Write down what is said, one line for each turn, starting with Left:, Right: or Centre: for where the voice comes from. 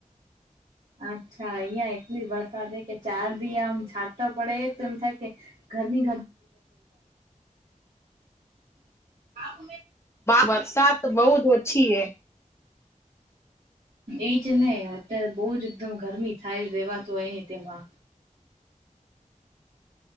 Right: અચ્છા અહિયાં એટલી વરસાદ હ કે ચાર દયામ છાતા પડે એ એમ થાય કે ઘરની <unintelligible>
Left: વરસાદ બહ જ ઓછી એ
Right: એ જ નહ અત્યારે બહ જ એકદમ ગરમી થાય રેવાત હોય ન તેમાં